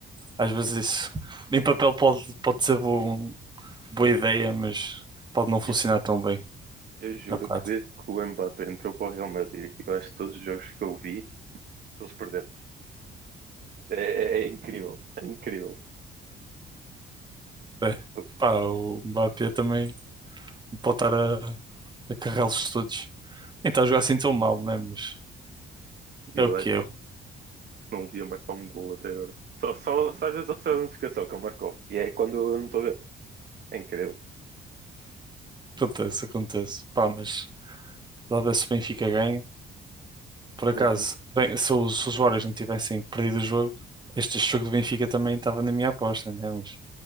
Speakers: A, on the right (about 20°); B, on the right (about 50°).
A: Às vezes isso em papel pode, pode ser bom- boa ideia, mas pode não funcionar
B: Eu,
A: tão bem
B: eu juro
A: na prática.
B: que desde que o Mbappé entrou para o Real Madrid, eu acho que todos os jogos que eu vi, eles perderam. É, é- é incrível, é incrível.
A: É.
B: Eu,
A: Pá, o Mbappé também não pode estar a, a carregá-los todos. Nem está a jogar assim tão mal, né? Mas
B: eu
A: é o que
B: acho
A: é.
B: que não via marcar um gol até agora. Só, só, só às vezes eu recebo a notificação que ele marcou. E é quando eu não estou a ver. É incrível.
A: Acontece, acontece. Pá, mas talvez se o Benfica ganha. Por acaso,
B: Uhum.
A: bem, se os, se os Warriors não tivessem perdido o jogo, este jogo do Benfica também estava na minha aposta, né? Mas,